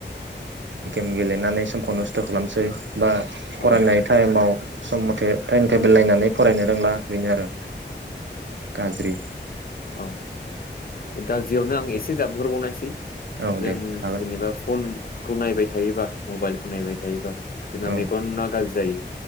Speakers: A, on the right; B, on the left.
A: गेम गेलेनानै समखौ नस्थ' खालामसै बा
B: औ
A: फरायनाय टाइमाव सम मथे टाइम टेबोल नायनानै फरायनो रोंला बेनो आरो गाज्रि।
B: औ गाज्रियावनो आं एसे जाबहरबावनायसै
A: औ
B: जों
A: दे हागोन
B: जेनेबा फनखौ नायबाय हायोबा मबाइलखौ नायबाय थायोबा जोंना
A: औ
B: मेगना गाज्रि जायो।